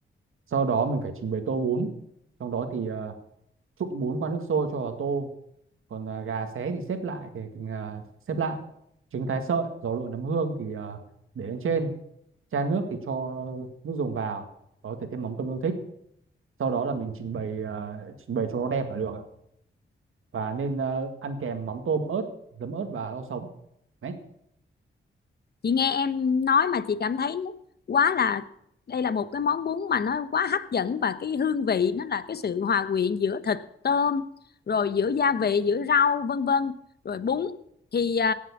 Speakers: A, on the right; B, on the left.
A: sau đó mình phải trình bày tô bún trong đó thì ờ, trụng bốn qua nước sôi cho vào tô còn à, gà xé thì xếp lại thì, thì à, xếp lại trứng thái sợi giò lụa nấm hương thì à, để lên trên chan nước thì cho nước dùng vào có thể thêm mắm tôm yêu thích sau đó là mình trình bày à, trình bày cho nó đẹp là được ạ. và nên à, ăn kèm mắm tôm ớt giấm ớt và rau sống đấy
B: chị nghe em nói mà chị cảm thấy quá là đây là một cái món bún mà nó quá hấp dẫn và cái hương vị nó là cái sự hòa quyện giữa thịt tôm rồi giữa gia vị giữa rau vân vân rồi bún thì ờ,